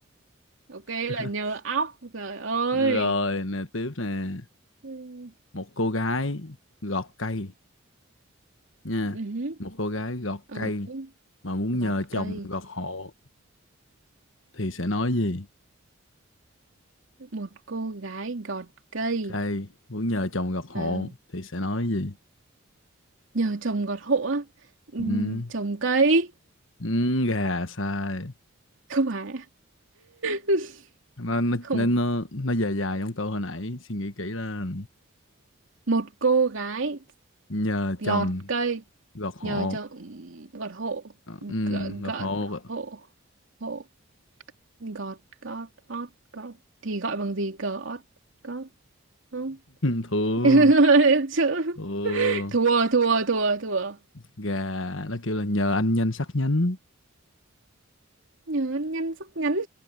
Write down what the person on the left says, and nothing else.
<laughs>
rồi nè tiếp nè
một cô gái gọt cây nha
một cô gái gọt
cây mà muốn
nhờ chồng
gọt hộ thì sẽ nói gì
cây muốn nhờ chồng gọt hộ
thì sẽ nói gì
ừ,
ừ gà sai
nó nó
nó nó dài dài giống câu hồi nãy suy nghĩ kỹ là
nhờ
chồng
gọt hộ
ừ,
gọt
hộ
thua <laughs> thua
Ừ,
gà nó kêu là nhờ anh nhanh sắc nhánh